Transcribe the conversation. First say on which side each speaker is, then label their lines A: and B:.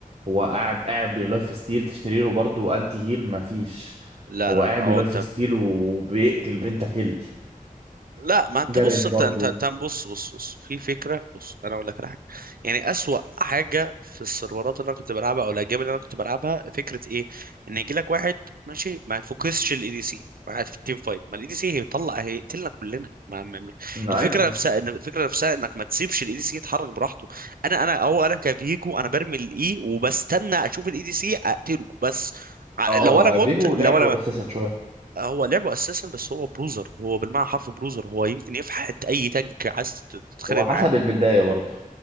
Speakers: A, on the right; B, on the right.
A: هو قاعد قاعد بلايف ستيل تشتري له برضو انتي هيل مفيش
B: لا
A: هو
B: لا
A: قاعد
B: لا هو
A: بلايف
B: انت
A: ستيل وبيقتل بنتا كيل
B: لا ما انت
A: جارين
B: بص
A: برضو
B: انت انت انت بص بص بص في فكره بص انا اقول لك على حاجه يعني اسوأ حاجه في السيرفرات اللي انا كنت بلعبها او الاجيال اللي انا كنت بلعبها فكره ايه ان يجي لك واحد ماشي ما يفوكسش الاي دي سي قاعد في التيم فايت ما الاي دي سي هيطلع هيقتلنا كلنا ما ما ما-
A: ايوه
B: الفكره نفسها ان الفكره نفسها انك ما تسيبش الاي دي سي يتحرك براحته انا انا هو انا كفيجو انا برمي الاي وبستنى اشوف الاي دي سي اقتله بس ع-
A: اه
B: لو انا
A: افيجو
B: مت لو
A: لعبه
B: انا
A: اساسا شويه
B: هو لعبه اساسا بس هو بروزر هو بالمعنى حرف بروزر هو يمكن يفحت اي تانك عايز تتخانق
A: هو
B: معاه
A: حسب البلداية برضه